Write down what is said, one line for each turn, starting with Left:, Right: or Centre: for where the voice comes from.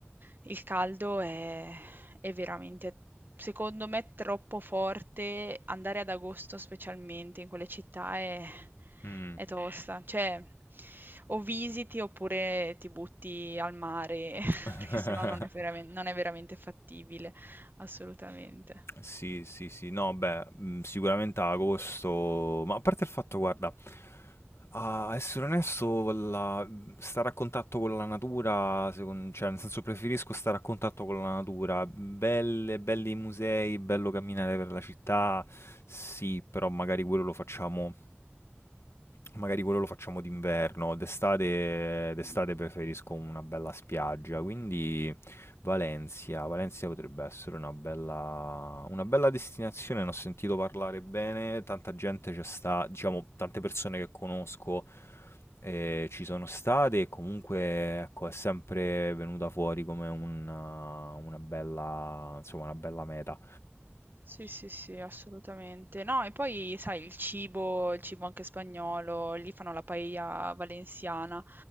Right: il caldo è, è veramente, secondo me, troppo forte. Andare ad agosto specialmente in quelle città è,
Left: Mm.
Right: è tosta. Cioè, o visiti oppure ti butti al mare, <laughs>
Left: <laughs>
Right: perché sennò non è veramen- non è veramente fattibile, assolutamente.
Left: Sì, sì, sì, no, beh, mm, sicuramente a agosto, ma a parte il fatto, guarda, a essere onesto, la- stare a contatto con la natura, secon- cioè, nel senso preferisco stare a contatto con la natura, belle, belli i musei, bello camminare per la città, sì, però magari quello lo facciamo Magari quello lo facciamo d'inverno, d'estate d'estate
Right: Mm.
Left: preferisco una bella spiaggia, quindi Valencia, Valencia potrebbe essere una bella, una bella destinazione, ne ho sentito parlare bene, tanta gente ci sta, diciamo, tante persone che conosco eh, ci sono state e comunque ecco, è sempre venuta fuori come una, una bella, insomma, una bella meta.
Right: Sì, sì, sì, assolutamente. No, e poi sai, il cibo, il cibo anche spagnolo, lì fanno la paella valenziana,